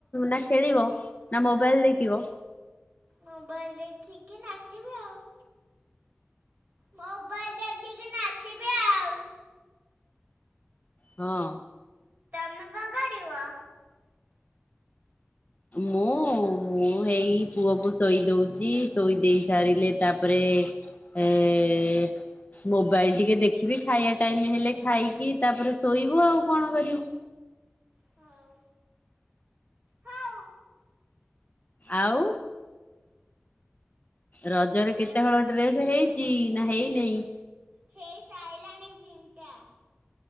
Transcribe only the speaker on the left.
ନା ଖେଳିବ ନା ମୋବାଇଲ ଦେଖିବ।
ହଁ।
ମୁଁ ମୁଁ ହେଇ ପୁଅକୁ ଶୋଇ ଦଉଛି ଶୋଇ ଦେଇ ସାରିଲେ ତାପରେ ଏଏ ଏ ମୋବାଇଲ ଟିକେ ଦେଖିବି ଖାଇବା ଟାଇମ ହେଲେ ଖାଇକି ତାପରେ ଶୋଇବୁ ଆଉ କଣ କରିବୁ।
ଆଉ। ରଜରେ
କେତେ ହଳ ଡ୍ରେସ ହେଇଛି ନା ହେଇନେଇଁ?